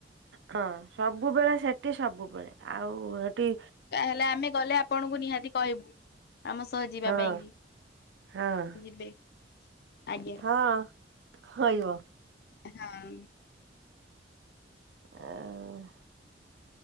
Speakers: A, on the right; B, on the left.
A: ହଁ ସବୁବେଳେ ସେଠି ସବୁବେଳେ ଆଉ ହେଠି
B: ତାହେଲେ ଆମେ ଗଲେ ଆପଣଙ୍କୁ ନିହାତି କହିବୁ ଆମ ସହ ଯିବା
A: ହଁ
B: ପାଇଁକି।
A: ହଁ
B: ଯିବେ ଆଜ୍ଞା।
A: ହଁ ହଇବ
B: ଏ ହଁ।
A: ଆଉ